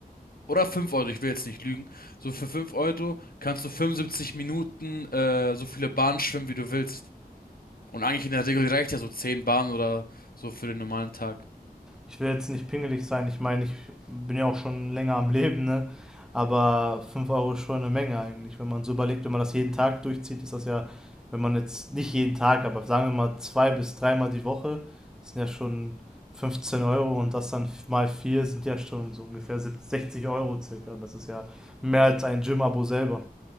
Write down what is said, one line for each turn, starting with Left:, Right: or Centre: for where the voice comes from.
Left: oder 5 Euro, ich will jetzt nicht lügen, so für 5 Euro kannst du 75 Minuten äh, so viele Bahnen schwimmen, wie du willst. Und eigentlich in der Regel reicht ja so 10 Bahnen oder so für den normalen Tag.
Centre: ich will jetzt nicht pingelig sein, ich meine, ich bin ja auch schon länger am Leben, ne? Aber 5 Euro ist schon eine Menge eigentlich. Wenn man so überlegt, wenn man das jeden Tag durchzieht, ist das ja, wenn man jetzt nicht jeden Tag, aber sagen wir mal zwei bis dreimal die Woche, das sind ja schon 15 Euro und das dann mal vier sind ja schon so ungefähr 60 Euro circa. Das ist ja mehr als ein Gym-Abo selber.